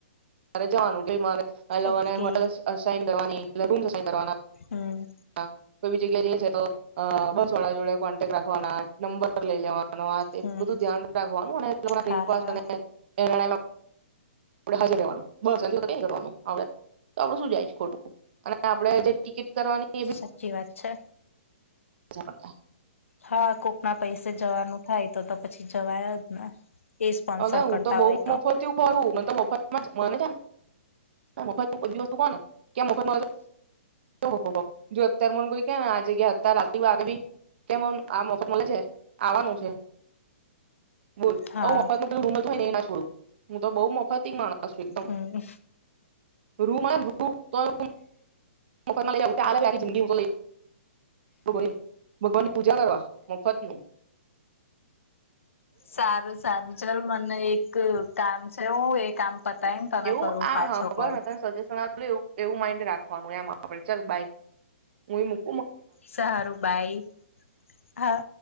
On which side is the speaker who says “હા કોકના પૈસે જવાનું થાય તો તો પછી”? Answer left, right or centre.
Left